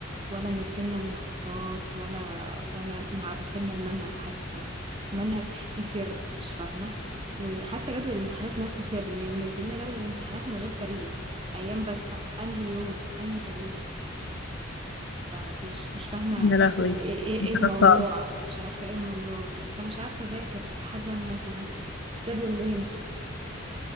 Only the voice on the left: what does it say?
يا لهوي
حاجة صعبة.